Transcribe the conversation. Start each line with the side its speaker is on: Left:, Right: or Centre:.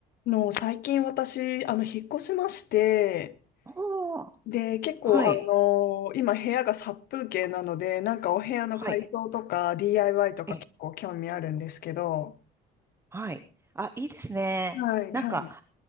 Left: の、最近私、あの、引っ越しまして、
Right: ああ、
Left: で、結構、
Right: はい、
Left: あの、今部屋が殺風景なので、なんかお部屋の改装とか
Right: はい、
Left: DIY とか結構興味あるんですけど、
Right: え、はい。あ、いいですね。
Left: はい、
Right: なんか、
Left: はい。